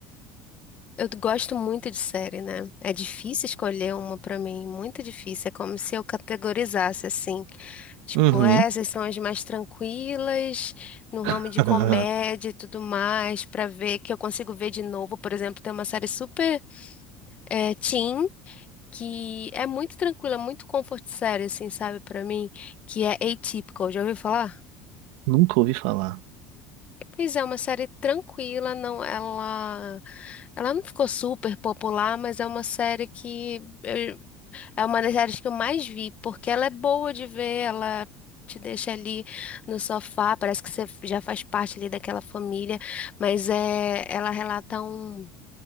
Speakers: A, on the left; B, on the right.
A: eu gosto muito de série, né? É difícil escolher uma pra mim, muito difícil. É como se eu categorizasse assim, tipo,
B: Uhum.
A: essas são as mais tranquilas, no ramo
B: <laughs>
A: de comédia e tudo mais, pra ver que eu consigo ver de novo. Por exemplo, tem uma série super é, teen que é muito tranquila, muito comfort série, assim, sabe, pra mim, que é Atypical. Já ouviu falar?
B: Nunca ouvi falar.
A: Pois é, uma série tranquila, não, ela, ela não ficou super popular, mas é uma série que eu- é uma das séries que eu mais vi, porque ela é boa de ver, ela te deixa ali no sofá, parece que você já faz parte ali daquela família, mas é, ela relata um,